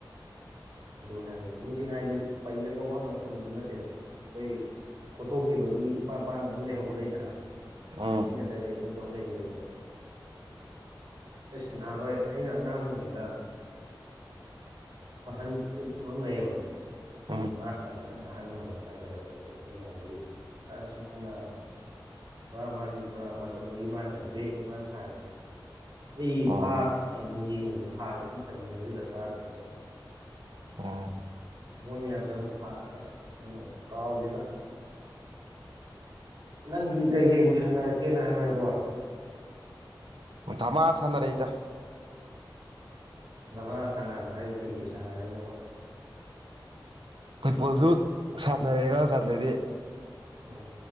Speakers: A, on the right; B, on the right.
A: ꯑꯗꯨ ꯍꯥꯏꯕꯅꯤ ꯃꯤꯁꯤꯡ ꯍꯥꯏꯗꯤ ꯄꯩꯔꯒ ꯋꯥꯡꯅ ꯊꯝꯕꯗꯨ ꯅꯠꯇꯦꯗ ꯑꯩꯈꯣꯏ ꯀꯣꯊꯣꯛꯈꯤꯕꯒꯤ ꯏꯄꯥ ꯏꯄꯥꯅ ꯑꯗꯨꯝ ꯂꯩꯍꯧꯕ ꯂꯩꯇꯅ
B: ꯎꯝ
A: ꯁꯤꯖꯤꯟꯅꯗꯕꯤ ꯑꯗꯨꯝ ꯆꯣꯣꯔꯦꯕꯗꯠꯇꯣ ꯑꯩꯁꯨ ꯅꯍꯥꯥꯟꯜꯂꯏ ꯑꯩꯅ ꯑꯉꯥꯡ ꯑꯣꯏꯔꯤꯉꯩꯗ ꯑꯍꯟ ꯑꯣꯛꯇ ꯉ ꯂꯩꯌꯦꯕ
B: ꯎꯝ
A: ꯃꯥ ꯈꯤꯇꯪ ꯑꯍꯟ ꯑꯣꯏꯕ ꯍꯥꯏꯇꯥꯔꯦ ꯑꯩꯈꯣꯏꯗ ꯑꯩꯈꯣꯏ ꯃꯌꯥꯝꯗꯒꯤ ꯁꯨꯃꯥꯏꯅ ꯄꯨꯔ ꯃꯥꯁꯤ ꯄꯨꯔꯥ ꯃꯇꯝꯗꯨꯒꯤ ꯃꯥꯅ ꯒ꯭ꯔꯦꯠꯅꯤ ꯃꯥꯅ ꯁꯥꯅꯕꯁꯦ ꯑꯩ
B: ꯑꯣ
A: ꯐꯥꯔ ꯅꯨꯡꯖꯤꯡꯗꯣ ꯈꯥꯁꯦ ꯄꯤꯛꯊꯃꯤꯟꯅꯕꯁꯤꯗ ꯊꯥꯔꯛꯄꯅꯦ
B: ꯑꯣ
A: ꯃꯣꯏ ꯃꯌꯥꯝ ꯆꯪꯉꯨ ꯑꯁ ꯀꯥꯎꯒꯦꯗ ꯅꯪꯗꯤ ꯀꯩꯀꯩꯕꯨ ꯁꯥꯟꯅꯔꯛꯀꯦꯅ ꯍꯥꯏꯕ ꯍꯥꯏꯕꯣ
B: ꯙꯃꯥꯥꯁꯅꯔꯦ ꯏꯗ
A: ꯙꯃꯥ ꯁꯥꯟꯅꯔꯛꯄ ꯍꯥꯏꯁꯦ ꯀꯩ ꯀꯩ ꯁꯥꯟꯅꯔꯛꯏꯅꯣꯕꯣ
B: ꯐꯨꯠꯕꯣꯜꯁꯨ ꯁꯥꯟꯅꯔꯦꯒ ꯃꯇꯝꯥꯟꯗꯗꯤ
A: ꯎꯝ